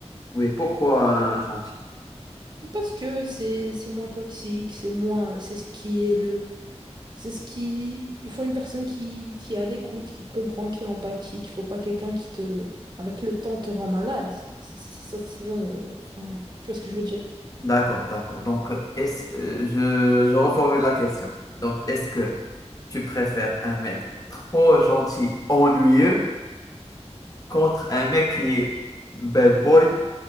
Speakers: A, on the left; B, on the right.
A: Oui, pourquoi un gentil?
B: Parce que c'est c'est moins toxique, c'est moins c'est ce qui est le c'est ce qui il faut une personne qui qui est à l'écoute, qui comprend, qui est empathique, il faut pas quelqu'un qui te avec le temps te rend malade. C'est c'est ça sinon euh, enfin tu vois ce que je veux dire.
A: D'accord, d'accord. Donc, est-ce, euh, je, je reformule la question. Donc, est-ce que tu préfères un mec trop gentil, ennuyeux, contre un mec qui est bad boy,